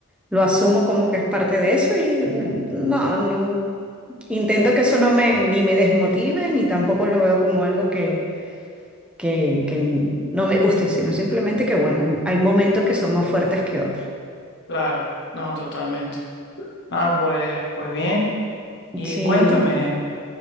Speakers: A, in the centre; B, on the left (about 55°).
A: lo asumo como que es parte de eso y mm, no, no, intento que eso no me, ni me desmotive, ni tampoco lo veo como algo que, que, que no me guste, sino simplemente que, bueno, hay hay momentos que son más fuertes que otros.
B: claro, no, totalmente. Ah, pues, pues bien. Y
A: Sí,
B: cuéntame,